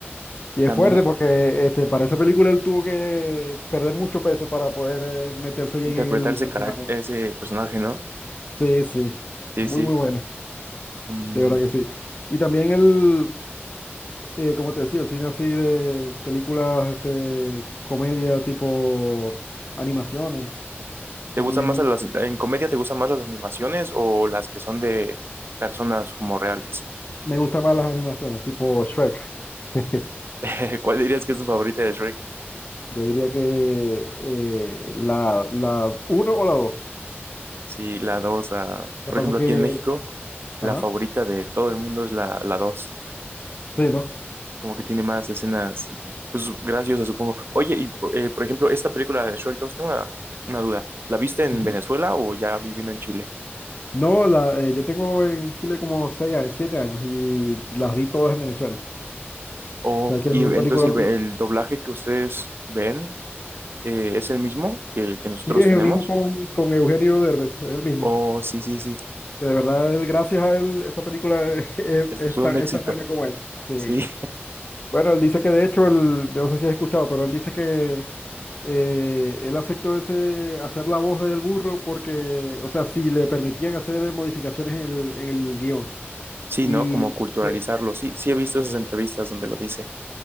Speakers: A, on the left; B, on the right.
A: Y es
B: También
A: fuerte porque este, para esa película él tuvo que perder mucho peso para poder eh, meterse bien
B: interpretar
A: en el
B: ese
A: personaje.
B: carac- ese personaje, ¿no?
A: Sí, sí,
B: Sí,
A: muy,
B: sí.
A: muy buena,
B: Mm,
A: de verdad que sí. Y también el, eh, como te decía, el cine así de películas, este, comedia tipo animaciones.
B: ¿Te
A: También
B: gustan más las, en comedia te gustan más las animaciones o las que son de personas como reales?
A: me gustan más las animaciones, tipo Shrek. <laughs>
B: <laughs> ¿Cuál dirías que es tu favorita de Shrek?
A: Yo diría que eh, la, la uno o la dos.
B: Sí, la 2. ah,
A: Lo
B: por
A: que pasa
B: ejemplo,
A: que,
B: aquí en México, la
A: ajá,
B: favorita de todo el mundo es la, la 2.
A: sí, ¿no?
B: como que tiene más escenas, pues graciosas, supongo. Oye, y por, eh, por ejemplo, esta película de Shrek 2 tengo una, una duda, ¿la viste en
A: Ujú.
B: Venezuela o ya viviendo en Chile?
A: No, la, eh, yo tengo en Chile como seis, a- siete años y las vi todas en Venezuela.
B: O,
A: O sea, que esas
B: y
A: son
B: entonces
A: películas.
B: el, el doblaje que ustedes ven eh, es el mismo que el que nosotros
A: Sí, es
B: tenemos.
A: el mismo con, con Eugenio Derbez, es el mismo.
B: Oh, sí, sí, sí.
A: Que de verdad, él, gracias a él, esa película <laughs> es,
B: Ese
A: es
B: fue
A: tan,
B: un éxito.
A: es tan buena como él Sí.
B: Sí,
A: Bueno, él dice que de hecho, él- yo no sé si has escuchado, pero él dice que eh, él aceptó ese, hacer la voz del burro porque, o sea, si le permitían hacer modificaciones en el, en el guión.
B: <laughs> sí,
A: Y
B: ¿no? Como culturalizarlo.
A: fue-
B: Sí, sí he visto esas entrevistas donde lo dice